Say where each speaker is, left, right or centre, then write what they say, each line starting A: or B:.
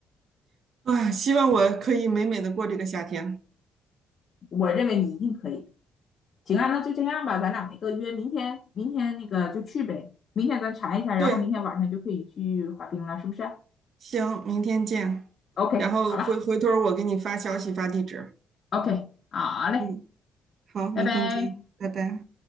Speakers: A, on the right; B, on the left.
A: <laughs> 啊。希望我可以美美的过这个夏天。
B: 我认为你一定可以的行啊，那就这样吧，咱俩那个约明天，明天那个就去呗。明天咱查一下，然后明天晚上就可以去滑冰了，
A: 对，
B: 是不是啊
A: 行，明天见，
B: ？OK，
A: 然后回回头儿我给你发消息发地址。
B: 好了，OK，好嘞，
A: 嗯，好，明天见，
B: 拜拜。
A: 拜拜。